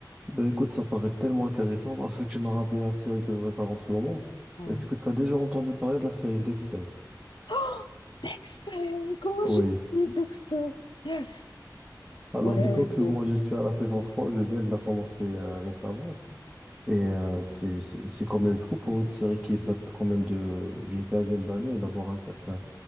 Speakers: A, in the centre; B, on the left.
A: Ben écoute, ça paraît tellement intéressant parce que tu m'as rappelé la série que je regarde en ce moment.
B: Hmm.
A: Est-ce que tu as déjà entendu parler de la série Dexter?
B: Oh, Dexter, comment
A: Oui.
B: j'ai oublié Dexter? Yes.
A: Alors
B: Ouais,
A: dis-toi que
B: j'ai-
A: moi je suis à la saison 3. je viens de la commencer euh, récemment. Et euh, c'est c'est- c'est quand même fou pour une série qui date quand même de d'une quinzaine d'années d'avoir un certain